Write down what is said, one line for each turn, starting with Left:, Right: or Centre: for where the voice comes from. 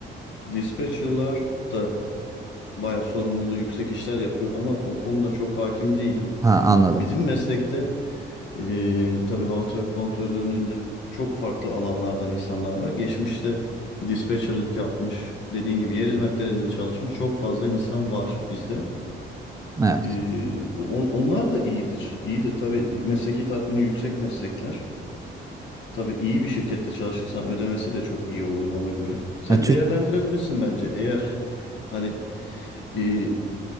Left: dispatcherlar da bayağı sorumluluğu yüksek işler yapıyor ama o konuda çok hakim değilim.
Right: Ha anladım.
Left: Bizim meslekte eee tabii hava trafik kontrolünün de çok farklı alanlardan insanlar var. Geçmişte dispatcherlık yapmış, dediğin gibi yer hizmetlerinde çalışmış çok fazla insan var bizde.
Right: Evet.
Left: Eee, on- onlar da iyidir. İyidir tabii mesleki tatmini yüksek meslekler. Tabii iyi bir şirkette çalışırsan ödemesi de çok iyi oluyor ona göre. Sen
Right: Ya, Türk
Left: değerlendirebilirsin bence eğer <laughs> hani eee